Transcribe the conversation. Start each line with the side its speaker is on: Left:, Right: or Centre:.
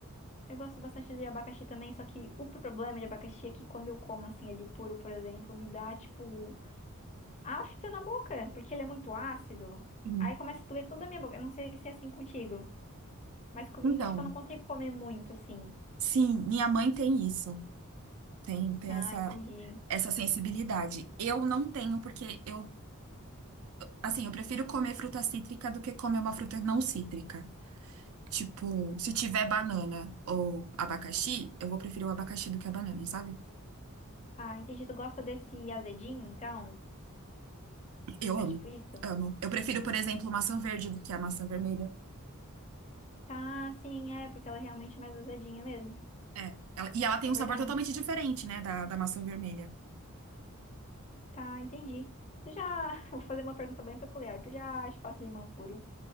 Left: Eu gosto bastante de abacaxi também, só que o problema de abacaxi é que quando eu como assim ele puro, por exemplo, me dá tipo afta na boca, porque ele é muito ácido.
Right: Sim.
Left: Aí começa a doer toda a minha boca. Eu não sei se é assim contigo, mas comigo,
Right: Então,
Left: tipo, eu não consigo comer muito assim.
Right: sim, minha mãe tem isso. Tem, tem
Left: Ah,
Right: essa,
Left: entendi.
Right: essa sensibilidade. Eu não tenho, porque eu Assim, eu prefiro comer fruta cítrica do que comer uma fruta não cítrica. Tipo, se tiver banana ou abacaxi, eu vou preferir o abacaxi do que a banana, sabe?
Left: Ah, entendi. Tu gosta desse azedinho, então?
Right: Eu amo,
Left: É tipo isso?
Right: amo. Eu prefiro, por exemplo, maçã verde do que a maçã vermelha.
Left: Tá, sim, é, porque ela é realmente mais azedinha mesmo.
Right: É. Ela- e ela tem
Left: É
Right: um
Left: verdade.
Right: sabor totalmente diferente, né, da, da maçã vermelha.
Left: Tá, entendi. Tu já. <laughs> Vou fazer uma pergunta bem peculiar. Tu já chupasse limão puro?